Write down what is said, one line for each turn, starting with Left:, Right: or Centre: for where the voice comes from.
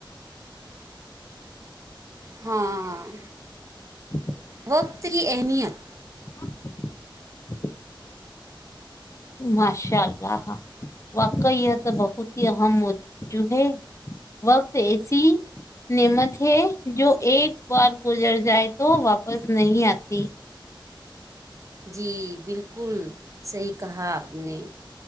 Right: ہاں ہاں
Left: <unintelligible>
Right: پتری اہمیت
Left: ہاں ماشاء اللہ واقع یہ تو بہت ہی اہم موجوع ہے وقت ایسی نعمت ہے جو ایک بار گزر جائے تو واپس نہیں آتی
Right: جی بالکل صحیح کہا آپ نے